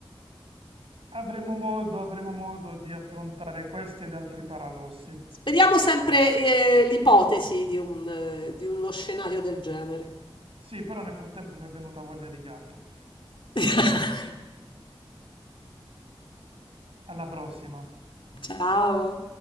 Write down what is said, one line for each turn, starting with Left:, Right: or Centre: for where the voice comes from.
Right: Avremo modo, avremo modo di affrontare questi ed altri paradossi.
Left: Speriamo sempre, eh, l'ipotesi di un, eh, di uno scenario del genere.
Right: Sì, però nel frattempo mi è venuta voglia di gatto.
Left: <laughs>
Right: Alla prossima.
Left: Ciao.